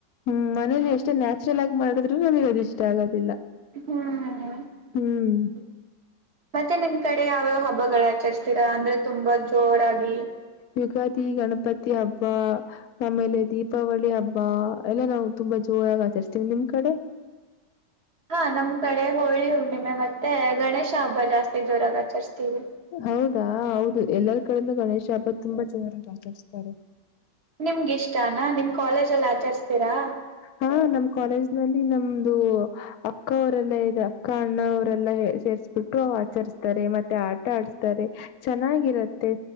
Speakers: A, on the left; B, on the right.
A: ಹ್ಮ್ ಮನೇಲಿ ಎಷ್ಟೇ ನ್ಯಾಚುರಲ್ ಆಗಿ ಮಾಡಿದ್ರು ಅದು ಇಷ್ಟ ಆಗೋದಿಲ್ಲ.
B: ಹ್ಮ್. <unintelligible>
A: ಹ್ಮ್
B: ಮತ್ತೆ ನಿಮ್ಮ್ ಕಡೆ ಯಾವ ಹಬ್ಬಗಳು ಆಚರಿಸುತ್ತೀರಾ ಅಂದ್ರೆ ತುಂಬಾ ಜೋರಾಗಿ.
A: ಯುಗಾದಿ ಗಣಪತಿ ಹಬ್ಬ ಆಮೇಲೆ ದೀಪಾವಳಿ ಹಬ್ಬ ಎಲ್ಲ ನಾವು ತುಂಬಾ ಜೊ. ಹೋಳು ಆಚರಿಸುತ್ತೀವಿ ನಿಮ್ಮ್ ಕಡೆ.
B: ಹಾ ನಮ್ ಕಡೆ ಹೋಯು ಏಳು ದಿನ ಮತ್ತೆ ಗಣೇಶ ಹಬ್ಬ ಜಾಸ್ತಿ ಜೋರಾಗಿ ಆಚರಿಸ್ತೀವಿ.
A: ಹೌದಾ ಹೌದು ಎಲ್ಲರ ಕಡೆನು ಗಣೇಶ ಹಬ್ಬ ತುಂಬಾ ಜೋರಾಗಿ ಆಚರಿಸುತ್ತಾರೆ.
B: ನಿಮಗಿಷ್ಟನಾ ನಿಮ್ ಕಾಲೇಜಲ್ಲಿ ಆಚರಿಸ್ತೀರಾ.
A: ಹಾ ನಮ್ ಕಾಲೇಜ್ ನಲ್ಲಿ ನಮ್ದು ಅಕ್ಕ ಅವರೆಲ್ಲಾ ಇಗ ಅಕ್ಕ ಅಣ್ಣ ಅವರೆಲ್ಲ ಸೇರ್ರಿಸುಬಿಟ್ಟು ಆಚರಿಸ್ತಾರೆ ಮತ್ತೆ ಆಟ ಪಡಿಸ್ತಾರೆ, ಚೆನ್ನಾಗಿರುತ್ತೆ